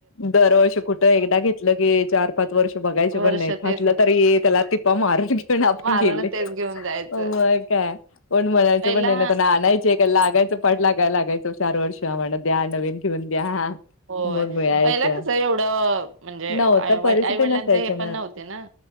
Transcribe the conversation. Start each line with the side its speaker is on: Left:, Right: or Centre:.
Left: दरवर्ष कुठ? एकदा घेतलं की चार पाच वर्ष बघायचे
Right: वर्ष
Left: पण नाही. फाटलं
Right: तेच
Left: तरी त्याला त टिपा मारून घेऊन आपण
Right: मारून
Left: गेलोय
Right: तेच घेऊन जायचं
Left: मग काय? कोण म्हणायच
Right: पहिला
Left: पण नाही त्यांना आणायचे का? लागायच पडला का लागायचो चार वर्ष म्हणा द्या नवीन घेऊन द्या
Right: होय
Left: मग
Right: ह
Left: मिळायचं
Right: पहिला कस एवढं म्हणजे
Left: नव्हता
Right: आईवडिलांचं
Left: परिस्थिती नसायची
Right: हे पण नव्हते ना